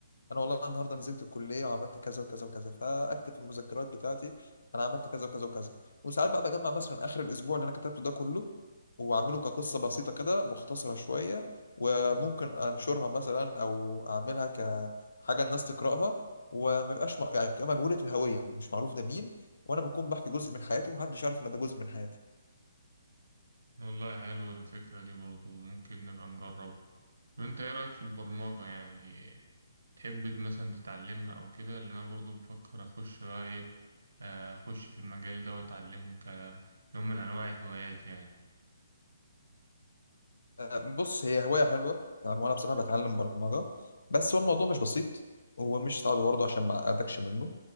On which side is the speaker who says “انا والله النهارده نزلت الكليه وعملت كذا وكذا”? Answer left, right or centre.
Left